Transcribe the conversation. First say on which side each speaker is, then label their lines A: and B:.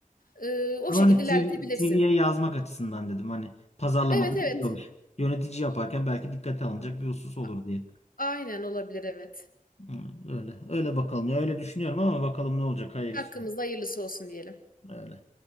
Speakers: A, on the left; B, on the left.
A: E, o
B: Ama
A: şekilde
B: hani
A: ilerletebilirsin.
B: CV'ye yazmak açısından dedim hani pazarlamada
A: Evet evet.
B: biliyormuş. Yönetici yaparken belki dikkate alınacak bir husus olur
A: A-
B: diye.
A: Aynen olabilir evet.
B: Hı, Öyle. Öyle bakalım ya. Öyle düşünüyorum ama bakalım ne olacak. Hayırlısı.
A: Hakkımızda hayırlısı olsun diyelim.
B: Öyle.